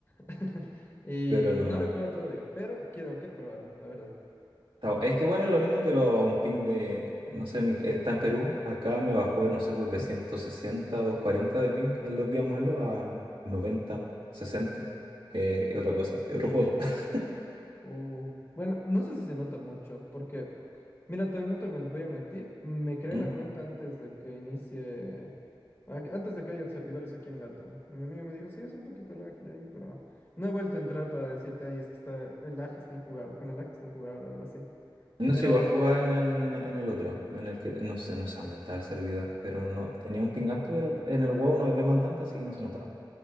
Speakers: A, on the left; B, on the right.
A: <laughs> Y
B: Pero no.
A: no lo he jugado todavía, pero quiero, quiero probarlo, la verdad.
B: está- Es que bueno, es lo mismo, pero a un ping de, no sé, mi- eh, está en Perú, acá me bajó, no sé, pues de 160 a 240 de ping en los días malos a 90 sesenta Eh, es otra cosa, es otro juego. <laughs>
A: Uh, bueno, no sé si se nota mucho, porque, mira, te, no te men- voy a mentir, me creé
B: ¿Mm?
A: la cuenta antes de que inicie, a- antes de que haya servidores aquí en LATAM. Y mi amigo me dijo, sí, es un poquito lag y ahí, pero no he vuelto a entrar para decirte, ay, es que está, el lag está injugable, con el lag está injugable o algo así.
B: No
A: Pero,
B: sé, igual jugaba en el, en el otro, en el que no sé, no sé
A: eh,
B: dónde está el servidor, pero no tenía un ping alto, pero en el WoW no es demandante, así que no se notaba.